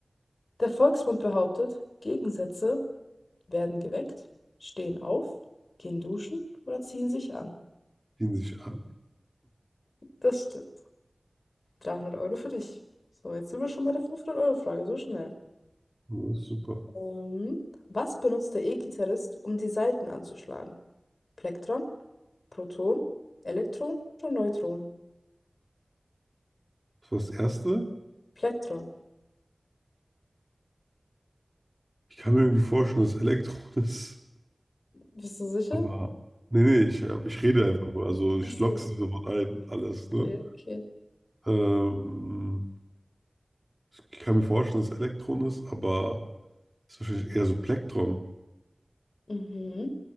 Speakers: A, on the left; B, on the right.
A: Der Volksmund behauptet, Gegensätze werden geweckt, stehen auf, gehen duschen oder ziehen sich an.
B: Ziehen sich an.
A: Das stimmt. 300 Euro für dich. So, jetzt sind wir schon bei der 500-Euro-Frage, so schnell.
B: Ja, ist super.
A: Ähm, was benutzt der E-Gitarrist, um die Saiten anzuschlagen? Plektron, Proton, Elektron oder Neutron?
B: Das war das Erste.
A: Plektron.
B: Ich kann mir irgendwie vorstellen, dass Elektron <laughs> ist.
A: Bist du sicher?
B: Aber nee, nee, ich, äh, ich rede einfach nur. Also ich
A: Achso,
B: lock's nicht sofort ein, alles,
A: okay,
B: ne?
A: okay.
B: Ähm, ich kann mir vorstellen, dass es Elektron ist, aber es ist wahrscheinlich eher so Plektron.
A: Mhm.